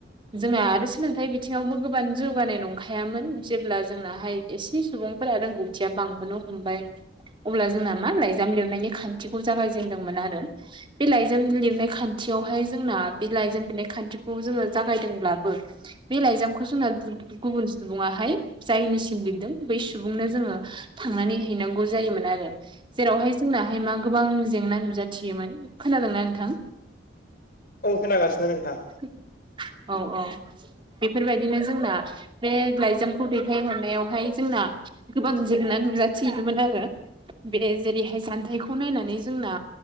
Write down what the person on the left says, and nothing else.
औ खोनागासिनो नोंथां